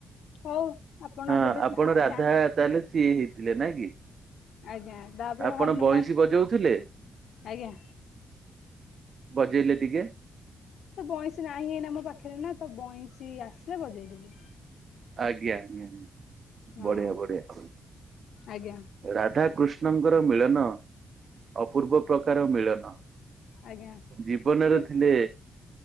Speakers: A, on the left; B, on the right.
A: ହଉ ଆପଣ
B: ହଁ
A: ଯେବେ
B: ଆପଣ
A: ଚା
B: ରାଧା
A: ଚା
B: ତାହେଲେ ସିଏ ହେଇଥିଲେ। ନା କି?
A: ଆଜ୍ଞା ତାପରେ
B: ଆପଣ
A: ହନୁମାନ
B: ବଇଁଶୀ ବଜଉଥିଲେ?
A: ଆଜ୍ଞା
B: ବଜେଇଲେ ଟିକେ।
A: ତ ବଇଁଶୀ ନାହିଁ ଏଇନା ମୋ ପାଖରେ ନା ତ ବଇଁଶୀ ଆସିଲେ ବଜେଇଦେବି।
B: ଆଜ୍ଞା ଆଜ୍ଞା
A: ହଁ
B: ବଢ଼ିଆ ବଢ଼ିଆ।
A: ଆଜ୍ଞା
B: ରାଧାକୃଷ୍ଣଙ୍କର ମିଳନ ଅପୂର୍ବ ପ୍ରକାର ମିଳନ।
A: ଆଜ୍ଞା
B: ଜୀବନରେ
A: କି
B: ଥିଲେ।